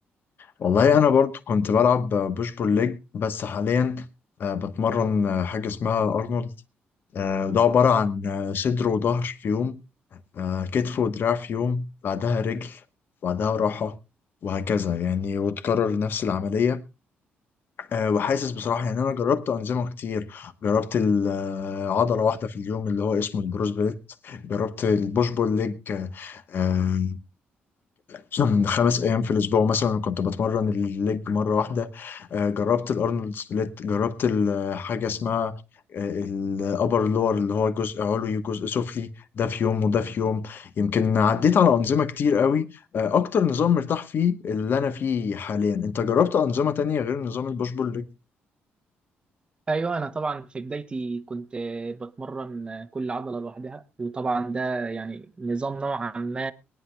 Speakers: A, on the left; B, on the right.
A: والله انا برضو كنت بلعب بوش بول ليج بس حاليا آه، بتمرن آه، حاجه اسمها ارنولد آه، ده عباره عن آه، صدر وظهر في يوم آه، كتف ودراع في يوم بعدها رجل بعدها راحه وهكذا يعني وتكرر نفس العمليه آه، وحاسس بصراحه يعني انا جربت انظمه كتير جربت ال- آه، عضله واحده في اليوم اللي هو اسمه البروس بليت جربت البوش بول ليج آه، آه، كان خمس ايام في الاسبوع مثلا كنت بتمرن الليج مره واحده آه، جربت الارنولد سبليت جربت ال- آه، حاجه اسمها آه، الابر لور اللي هو جزء علوي وجزء سفلي ده في يوم وده في يوم يمكن عديت على انظمه كتير قوي آه، اكتر نظام مرتاح فيه اللي انا فيه حاليا انت جربت انظمه تانية غير نظام البوش بول
B: ايوه انا طبعا في بدايتي كنت بتمرن كل عضله لوحدها وطبعا ده يعني نظام نوعا ما